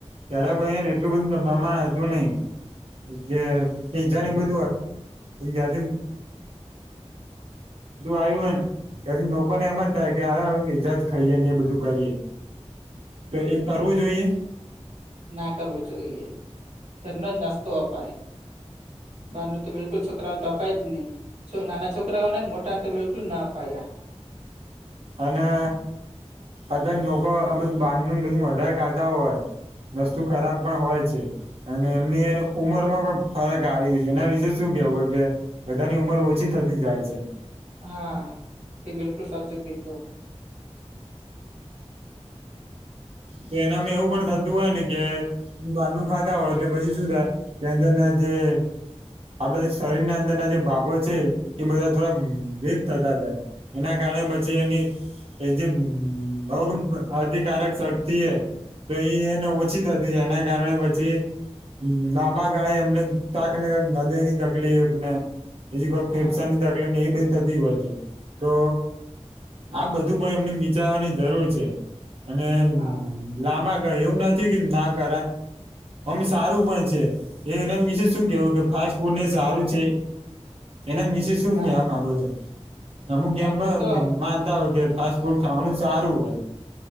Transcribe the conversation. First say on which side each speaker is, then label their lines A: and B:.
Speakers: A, on the right (about 60°); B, on the right (about 80°).
A: ત્યારે ભાઈને એટલું બધું પ્રમાણમા હતું નહી જે બધું હતું જ નહી <unintelligible> ધું આવ્યું હોય ને ત્યારે લોકોને એમ જ થાય કે ઈજાજ ખાઈએ ને એ બધું કરીએ
B: હમ
A: તો એમ કરવું જોઈએ
B: ના કરવું જોઈએ ધરનો જ નાસ્તો અપાય બાર નૂ તો બિલકુલ છોકરાઓને તો અપાય જ નહી છ નાના છોકરાઓને મોટા ને તો બિલકુલ ના અપાય
A: અને અત્યારે લોકો આ બધું બાંધું બધું વધારે ખાતા હોય વસ્તુ ખરાબ પણ હોય છે અને એમની એને ઉમર માં પણ ફરક આવી ગયુ છે એના વિશેે શું કેવું હોય કે બધાની ઉંમર ઓછી થતી જાય છે
B: હા તે બિલકુલ સાચું કીધું
A: તો એનામાં એવું પણ થતું હોય ને કે હ બારનું ખાતા હોય એટલે પછી શું થાય કે અંદર ના જે આપડા જે શરીર ના અંદરના જે ભાગો છે એ બધા થોડા વિક થતા જાય એના કારણે પછી એની જે રોગ પ્રતિકારક શક્તિ શકિત એ એન ઓછી થતી જાય એના કારણે પછી હ લાંબ ગાળે એમને કાક ને કાક હૃદયની તકલીફ ને બીજ કોઈ ફેફસા
B: હા
A: ની તકલીફ એ બધી થતી હોય છે તો આ બધું પણ એમને વિચારવાની જરૂર છે અને
B: હા
A: લાંબા ગાળેય એવું નથી કે ના કરાય ઓમ સારું પણ છે એના વિશે શું કેવું ફાસ્ટ ફૂડ ને સારું છે એના વિશે શું
B: ના
A: કેવા માંગો છો અમુક
B: ના
A: એમ
B: હું
A: પણ
B: તો
A: માન <unintelligible> ફાસ્ટ ફૂડ ખાવાનું સારું હોય